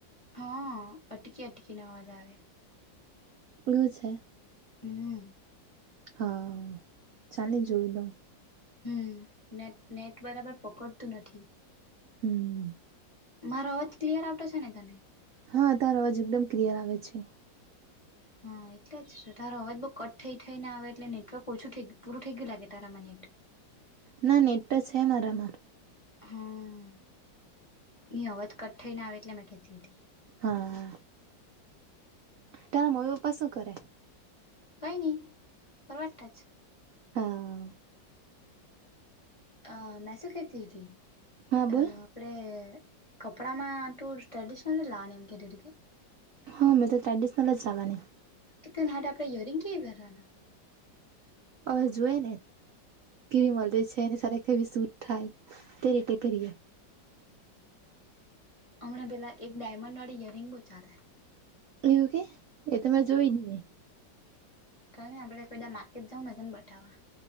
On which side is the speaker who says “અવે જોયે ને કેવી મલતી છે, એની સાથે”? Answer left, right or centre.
Right